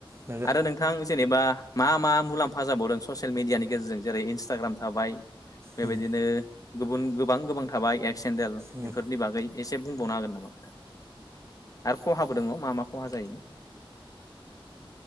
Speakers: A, on the right; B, on the left.
A: नंगौ
B: आरो नों थां जेनेबा मा मा मुलाम्फा जाबावदों ससियेल मिडियानि गेजेरजों जेरै इन्सटाग्राम थाबाय। बेबायदिनो
A: उम
B: गुबुन गोबां गोबां थाबाय एक्स हेन्देल
A: उम
B: बेफोरनि बागै एसे बुंबावनो हागोन नामा नोंथां आरो खहाबो दङ' मा मा खहा जायो?